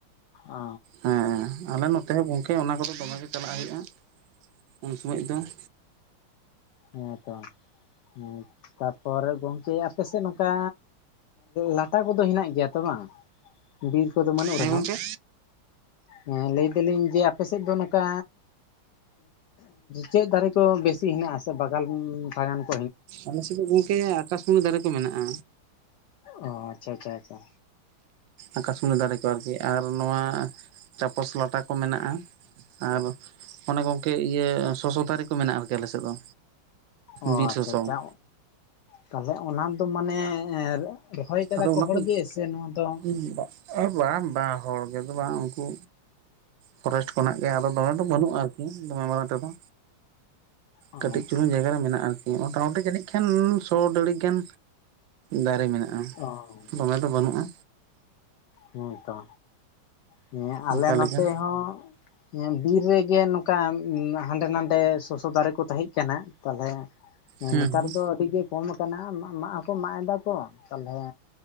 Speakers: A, on the left (about 75°); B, on the right (about 75°).
A: ᱚ
B: ᱦᱮᱸ ᱟᱞᱮ ᱱᱚᱛᱮ ᱦᱚᱸ ᱜᱚᱢᱠᱮ ᱚᱱᱟ ᱠᱚᱫᱚ ᱫᱚᱢᱮ ᱜᱮ ᱪᱟᱞᱟᱜ ᱦᱩᱭᱩᱜᱼᱟ᱾ ᱩᱱ ᱥᱩᱢᱩᱡ ᱫᱚ ᱾
A: ᱦᱮᱸ ᱛᱚ ᱾ ᱦᱮᱸ ᱛᱟᱯᱚᱨ ᱜᱚᱢᱠᱮ ᱟᱯᱮ ᱥᱮᱫ ᱱᱚᱝᱠᱟ ᱞᱟᱴᱟ ᱠᱚᱫᱚ ᱦᱮᱱᱟᱜ ᱜᱮᱭᱟ ᱛᱚ ᱵᱟᱝ, ᱵᱤᱨ ᱠᱚᱫᱚ ᱵᱟᱹᱱᱩᱜ
B: ᱦᱮᱸ
A: ᱨᱮᱦᱚᱸ?
B: ᱜᱚᱝᱠᱮ
A: ᱦᱮᱸ ᱞᱟᱹᱭ ᱫᱟᱞᱤᱧ ᱡᱮ ᱟᱯᱮ ᱥᱮᱫ ᱫᱚ ᱱᱚᱝᱠᱟ ᱪᱮᱫ ᱫᱟᱨᱮ ᱠᱚ ᱵᱮᱥᱤ ᱦᱮᱱᱟᱜᱼᱟ ᱥᱮ ᱵᱟᱜᱞ ᱵᱟᱜᱟᱱ ᱾
B: ᱟᱞᱮ ᱥᱮᱫ ᱜᱚᱝᱠᱮ ᱟᱠᱟᱥᱢᱩᱱᱤ ᱫᱟᱨᱮ ᱠᱚ ᱢᱮᱱᱟᱜᱼᱟ᱾
A: ᱚ ᱟᱪᱷᱟ ᱟᱪᱷᱟ ᱟᱪᱷᱟ᱾
B: ᱟᱠᱟᱥᱢᱩᱱᱤ ᱫᱟᱨᱮ ᱠᱚ ᱟᱨᱠᱤ ᱟᱨ ᱱᱚᱣᱟ ᱪᱟᱯᱚᱥ ᱞᱟᱴᱟ ᱠᱚ ᱢᱮᱱᱟᱜᱼᱟ ᱟᱨ ᱚᱱᱮ ᱜᱚᱝᱠᱮ ᱤᱭᱟᱹ ᱥᱚᱥᱚ ᱫᱟᱨᱤ ᱠᱚ ᱢᱮᱱᱟᱜᱼᱟ ᱟᱨᱠᱤ ᱟᱞᱮ ᱥᱮᱫ ᱫᱚ
A: ᱚᱻ
B: ᱵᱤᱨ
A: ᱟᱪᱷᱟ
B: ᱥᱚᱥᱚ
A: ᱟᱪᱷᱟ ᱛᱟᱦᱚᱞᱮ ᱚᱱᱟᱫᱚ ᱢᱟᱱᱮ ᱨᱚᱦᱚᱭ ᱠᱟᱫᱟ
B: ᱟᱫᱚ
A: ᱠᱚ
B: ᱚᱱᱟ
A: ᱦᱚᱲ
B: ᱫᱚ
A: ᱜᱮ ᱥᱮ ᱱᱚᱣᱟ ᱫᱚ
B: <unintelligible> ᱵᱟᱝ ᱵᱟᱝ ᱦᱚᱲ ᱜᱮ ᱫᱚ ᱵᱟᱝ ᱩᱱᱠᱩ ᱯᱷᱚᱨᱮᱥᱴ ᱠᱷᱚᱱᱟᱜ ᱜᱮ ᱟᱫᱚ ᱫᱚᱢᱮ ᱫᱚ ᱵᱟᱹᱱᱩᱜᱼᱟ ᱟᱨᱠᱤ ᱫᱚᱢᱮ ᱢᱟᱨᱟᱝ ᱛᱟᱠᱚ
A: ᱟᱪᱪᱷᱟ
B: ᱠᱟᱹᱴᱤᱡ ᱪᱩᱞᱩᱝ ᱡᱟᱭ ᱡᱟᱭᱜᱟ ᱨᱮ ᱢᱮᱱᱟᱜᱼᱟ ᱟᱨᱠᱤ ᱢᱚᱴᱟᱢᱩᱴᱤ ᱡᱟᱹᱱᱤᱡ ᱠᱷᱟᱱ ᱥᱚ ᱰᱮᱲᱮᱠ ᱜᱟᱱ ᱫᱟᱨᱮ ᱢᱮᱱᱟᱜᱼᱟ
A: ᱚ
B: ᱫᱚᱢᱮ ᱫᱚ ᱵᱟᱹᱱᱩᱜᱼᱟ
A: ᱦᱮᱸ ᱛᱚ ᱦᱮᱸ
B: ᱚᱱᱠᱟ
A: ᱟᱞᱮ ᱱᱚᱛᱮ
B: ᱞᱮᱠᱟ
A: ᱦᱚᱸ ᱦᱮᱸ ᱵᱤᱨ ᱨᱮ ᱜᱮ ᱱᱚᱝᱠᱟ ᱦᱟᱸᱰᱮ ᱱᱟᱰᱮ ᱥᱚᱥᱚ ᱫᱟᱨᱮ ᱠᱚ ᱛᱟᱦᱮᱸᱡ ᱠᱟᱱᱟ ᱛᱟᱞᱦᱮ ᱦᱮᱸ
B: ᱦᱩᱸ
A: ᱱᱮᱛᱟᱨ
B: ᱦᱩᱸ
A: ᱫᱚ ᱟᱹᱰᱤ ᱜᱮ ᱠᱚᱢ ᱠᱟᱱᱟ ᱢᱟᱜ ᱦᱚᱸᱠᱚ ᱢᱟᱜ ᱮᱫᱟ ᱛᱚ ᱛᱟᱞᱦᱮ